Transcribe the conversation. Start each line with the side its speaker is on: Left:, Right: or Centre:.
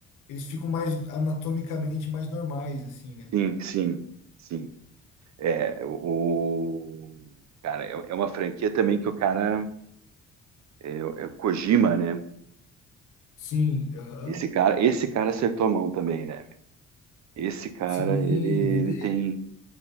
Left: eles ficam mais anatomicamente mais normais, assim, né?
Right: sim, sim, sim. É, o... Cara, é é uma franquia também que o cara... É, é o Kojima, né?
Left: Sim, aham.
Right: Esse cara, esse cara acertou a mão também, né? Esse cara,
Left: Sim,
Right: ele, ele
Left: ele.
Right: tem.